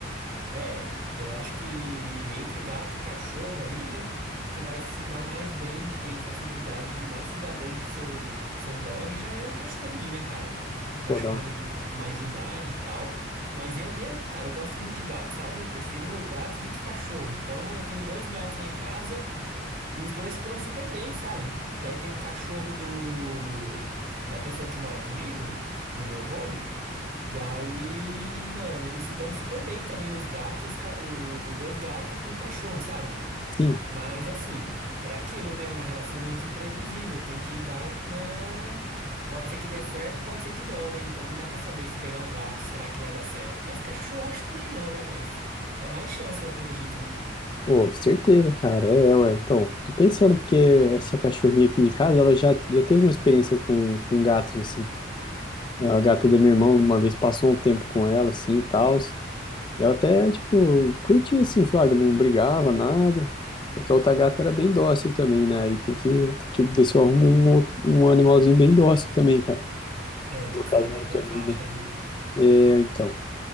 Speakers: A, on the right (about 45°); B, on the left (about 25°).
A: É, eu acho que entre gato e cachorro ali, né? O que vai se dar mais bem, que tem facilidade de mais se dar bem com o seu, com o seu dog, já é um cachorrinho, né, cara? Um cachorro
B: Pô, da hora.
A: ali de um pouco mais de idade e tal. Mas eu mesmo, cara, eu gosto muito de gato, sabe? Eu prefiro gato do que cachorro. Então eu tenho dois gatos lá em casa. E os dois se dão super bem, sabe? Daí tem o cachorro do da pessoa que mora comigo, do meu home. E aí, mano, eles se dão super bem também, os gatos, e os, ca- o- os dois gatos com o cachorro, sabe?
B: Sim.
A: Mas assim, é aquilo, né? Uma relação meio que imprevisível, tem que dar uma. Pode ser que dê certo, pode ser que não, né? Então não dá pra saber se pegar um gato, será que vai dar certo? Mas cachorro acho também não, né? Mas é mais chance, eu acredito, né?
B: Pô, certeza, cara. É, ué. Então, tô pensando porque essa cachorrinha aqui de casa, ela já, já teve uma experiência com, com gatos, assim. É, A gata da minha irmã uma vez passou um tempo com ela, assim, e tal. E ela até, tipo, curtia, assim, flagra, não brigava, nada. É que a outra gata era bem dócil também, né? Aí tem que, tem que ver se eu arrumo um, outro- um animalzinho bem dócil também, cara.
A: É,
B: Pra colocar
A: tinha que ser na
B: junto
A: mesma
B: ali,
A: faixa
B: né?
A: ali, né?
B: É, então.